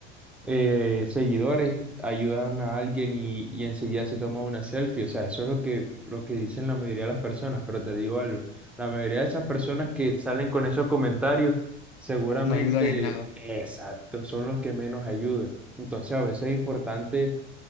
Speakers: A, in the centre; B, on the left (about 75°).
A: eh, seguidores ayudan a alguien y, y enseguida se toma una selfie. O sea, eso es lo que, lo que dicen la mayoría de las personas, pero te digo algo, la mayoría de esas personas que salen con esos comentarios, seguramente,
B: no ayudan en nada.
A: exacto, son los que menos ayudan. Entonces, a veces es importante